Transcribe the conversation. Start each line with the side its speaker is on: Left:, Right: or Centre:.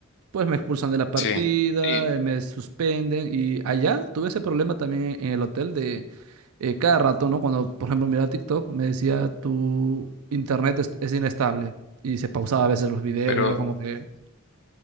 Right: Pues me expulsan de la partida,
Left: Sí. Sí,
Right: eh, me suspenden y allá tuve ese problema también en el hotel de eh, cada rato, ¿no? Cuando, por ejemplo, miraba TikTok, me decía tu internet es, es inestable y se pausaba a veces los videos
Left: Pero,
Right: y era como que,